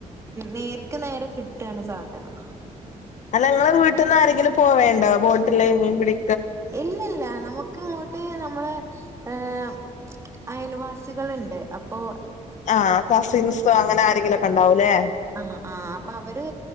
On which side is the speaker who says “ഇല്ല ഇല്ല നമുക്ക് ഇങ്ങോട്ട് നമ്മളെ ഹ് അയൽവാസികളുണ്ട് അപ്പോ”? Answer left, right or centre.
Right